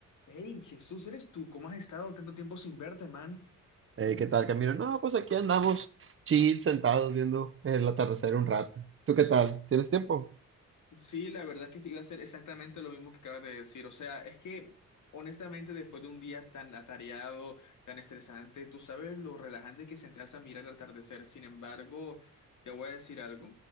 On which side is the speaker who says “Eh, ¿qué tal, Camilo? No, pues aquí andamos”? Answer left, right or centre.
Right